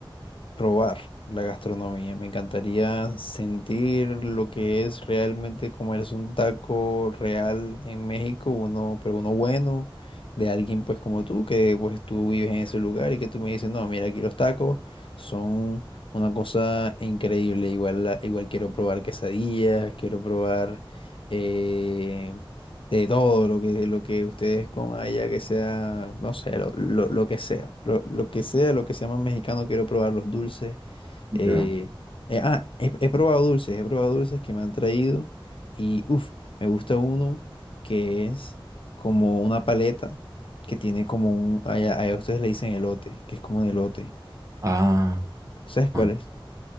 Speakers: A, on the left (about 75°); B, on the right (about 35°).
A: probar la gastronomía. Me encantaría sentir lo que es realmente comerse un taco real en México, uno, pero uno bueno, de alguien pues como tú, que pues tú vives en ese lugar y que tú me dices, no, mira, aquí los tacos son una cosa increíble. Igual, la- igual quiero probar quesadillas, quiero probar eh, de todo lo que, lo que ustedes coman allá, que sea, no sé, lo, lo- lo que sea, lo, lo que sea, lo que sea más mexicano, quiero probar los dulces. eh,
B: Ya.
A: eh, ah, he, he probado dulces, he probado dulces que me han traído y, uff, me gusta uno que es como una paleta que tiene como un, allá, allá ustedes le dicen elote, que es como un elote.
B: Ah.
A: ¿Sabes cuál
B: ah.
A: es?